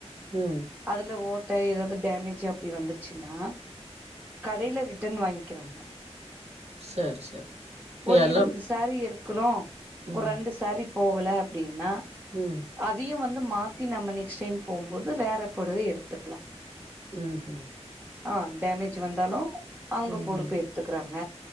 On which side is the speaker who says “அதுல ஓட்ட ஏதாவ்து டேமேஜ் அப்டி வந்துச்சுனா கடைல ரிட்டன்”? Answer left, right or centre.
Right